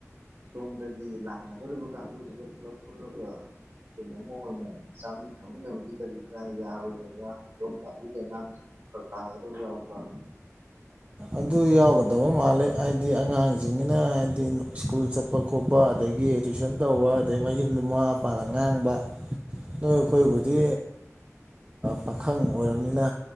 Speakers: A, on the right (about 50°); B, on the right (about 25°).
A: ꯁꯣꯝꯗꯒꯤ ꯂꯥꯡꯒꯗꯧꯔꯤꯕ ꯀꯥꯡꯕꯨꯁꯤꯒ ꯄꯨꯂꯞ ꯄꯨꯜꯂꯒ ꯀꯩꯅꯣꯝꯃꯣꯏ ꯑꯣꯏꯅ ꯆꯥꯃꯤꯟ ꯊꯛꯃꯤꯟꯅꯕꯒꯤ ꯀꯔꯤ ꯀꯥ ꯌꯥꯔꯣꯏꯗꯕ꯭ꯔꯥ ꯈꯨꯗꯣꯝ ꯑꯗꯨꯒꯤ ꯑꯉꯥꯡꯁꯤꯡꯁ ꯇꯥꯒꯗꯕ ꯌꯥꯎꯕ꯭ꯔꯥ
B: ꯑꯗꯨ ꯌꯥꯎꯒꯗꯕ ꯃꯥꯜꯂꯦ ꯍꯥꯏꯗꯤ ꯑꯉꯥꯡꯁꯤꯡꯅ ꯍꯥꯏꯗꯤ ꯁ꯭ꯀꯨꯜ ꯆꯠꯄ ꯈꯣꯠꯄ ꯑꯗꯒꯤ ꯇꯨꯏꯁꯟ ꯇꯧꯕ ꯑꯗꯩ ꯃꯌꯨꯝꯗ ꯃꯃꯥ ꯃꯄꯥꯅ ꯉꯥꯡꯕ ꯅꯣꯏ ꯑꯩꯈꯣꯏꯒꯗꯤ ꯄꯥꯈꯪ ꯑꯣꯏꯔꯕꯅꯤꯅ